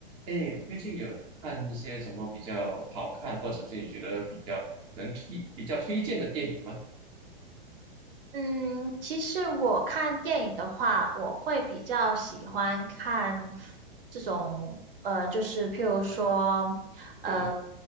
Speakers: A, on the right (about 15°); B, on the right (about 70°).
A: 哎，最近有看一些什么比较好看，或者自己觉得比较能推、比较推荐的电影吗？
B: 嗯，其实我看电影的话，我会比较喜欢看这种，呃，就是譬如说，呃，
A: 嗯